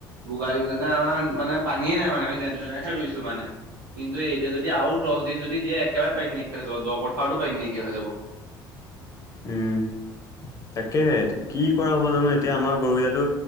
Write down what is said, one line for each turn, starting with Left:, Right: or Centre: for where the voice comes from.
Right: বোকা দিওতেনে আমাৰ মানে পানীয়ে নাই মানে আমি যেনে তে এতিয়াহে ৰুইছো মানে, কিন্তু এতিয়া যদি আৰু দশ দিন যদি দিয়ে একেবাৰে পানী নাইকিয়া হৈ যাব দ পথাৰতো পানী নাইকিয়া হৈ যাব।
Left: উম। তাকেহে এ কি কৰা হ'ব জানো এতিয়া আমাৰ গৰুৱেতো